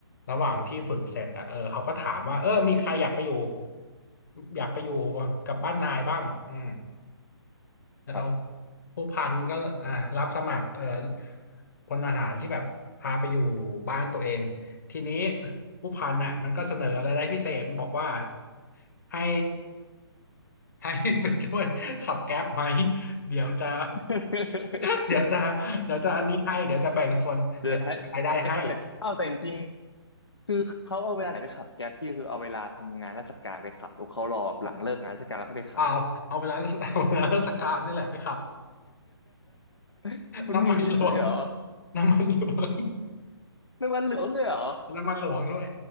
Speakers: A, on the left; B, on the left.
A: ระหว่างที่ฝึกเสร็จอ่ะเออเขาก็ถามว่าเออมีใครอยากไปอยู่อยากไปอยู่กับบ้านนายบ้างอืม เอา
B: ครับ
A: ผู้พันก็อ่ารับสมัครเอ่อพลทหารที่แบบพาไปอยู่บ้านตัวเองทีนี้ผู้พันน่ะมันก็เสนออะไรายได้พิเศษบอกว่าให้ให้ไปช่วยขับแก๊ปไหมเดี๋ยวจะ
B: <laughs>
A: <laughs> เดี๋ยวจะเดี๋ยวจะอันนี้ให้เดี๋ยวจะแบ่งส่วนเดี๋ยวจะแบ่งรายได้ให้
B: เดี๋ยวให้ให้เขาเลยเอ้าแต่จริงๆคือเขาเอาเวลาไหนไปขับแก๊ปพี่คือเอาเวลาทำงานราชการไปขับหรือเขารอหลังเลิกงานราชการแล้วเขาไปขับ
A: เอาเอาเวลาเอาเวลาราชการนี่แหละไปขับ
B: <laughs> มันมีอย่างนี้ด้วยเหรอ
A: น้ำมันหลวงน้ำมันหลวง
B: เรื่องวันเหลืองด้วยเหรอ
A: น้ำมันหลวงด้วย